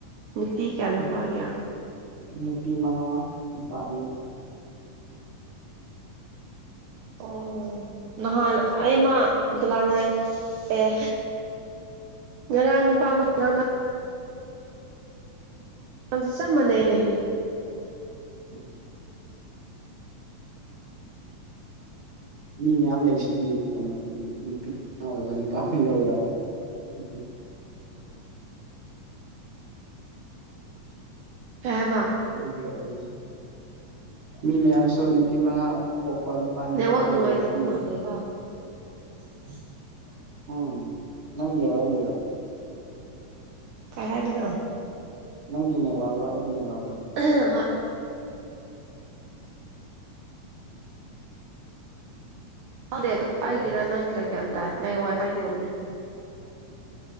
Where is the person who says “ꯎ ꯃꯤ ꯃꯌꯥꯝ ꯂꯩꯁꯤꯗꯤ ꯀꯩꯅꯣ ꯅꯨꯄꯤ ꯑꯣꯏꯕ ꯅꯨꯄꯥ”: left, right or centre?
Right